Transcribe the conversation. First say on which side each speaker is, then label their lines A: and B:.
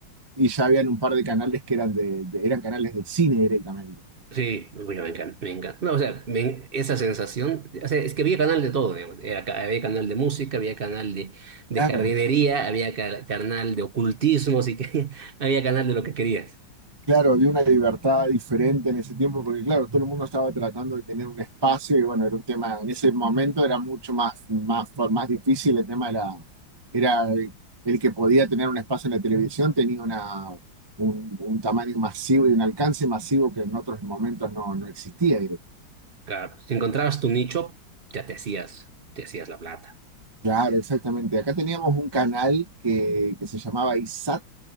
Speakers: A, on the right; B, on the right.
A: y ya habían un par de canales que eran, de, de- eran canales de cine directamente.
B: sí, bueno, me encanta, me encanta. No, o sea, me- esa sensación, o sea, es que había canal de todo, digamos. Era ca- había canal de música, había canal de, de
A: Claro,
B: jardinería, había ca- canal de ocultismo, así que <laughs> había canal de lo que querías.
A: Claro, había una libertad diferente en ese tiempo, porque claro, todo el mundo estaba tratando de tener un espacio y bueno, era un tema, en ese momento era mucho más, más, más difícil el tema de la, era el que podía tener un espacio en la televisión, tenía una, un, un tamaño masivo y un alcance masivo que en otros momentos no, no existía.
B: Claro, si encontrabas tu nicho, ya te hacías, te hacías la plata.
A: Claro, exactamente. Acá teníamos un canal que, que se llamaba ISAT